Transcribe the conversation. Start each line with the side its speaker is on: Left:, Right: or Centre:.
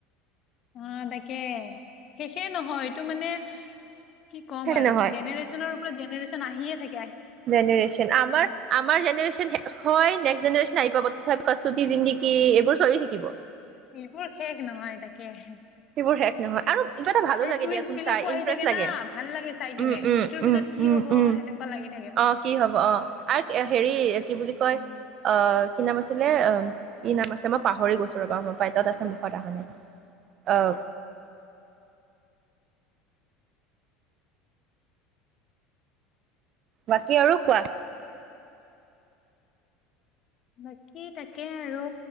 Left: অ', তাকে। শেষে নহয় ইটো মানে কি ক'ম
Right: হে
Left: আৰু
Right: নহয়
Left: জেনেৰেশ্যনৰ অ, জেনেৰেশ্যন আহিয়ে থাইক
Right: জেনেৰেশ্যন আমাৰ আমাৰ জেনেৰেচন হয় নেক্স জেনেশ্যন আহি পাব তথাপি কচোতি জিন্দগী এইবোৰ চলি থাকিব।
Left: এইবোৰ শেষ নহয়, তাকেহ।
Right: সেইবোৰ শেষ নহয় আৰু কিবা এটা ভালো লাগে
Left: টুইষ্ট
Right: দিয়াচোন
Left: বিলাকো
Right: চাই ইণ্টাৰেষ্ট
Left: আহি থাকে
Right: লাগে
Left: না ভাল লাগে চাই কিনে
Right: উম উম
Left: এইটোৰ
Right: উম
Left: পিছত কি
Right: উম-
Left: হব
Right: উম
Left: এনেকুৱা লাগি থাকে মানে
Right: অ' কি হ'ব অ 'আৰু হেৰি কি বুলি কয়
Left: উম
Right: আহ। সি নাম আছিলে ই নাম আছিলে মই পাহৰি গৈছোঁ ৰ'বা মোৰ পাইটত আছে মুখত আহখনে অ ' বাকী আৰু কোৱা।
Left: বাকী তাকে আৰু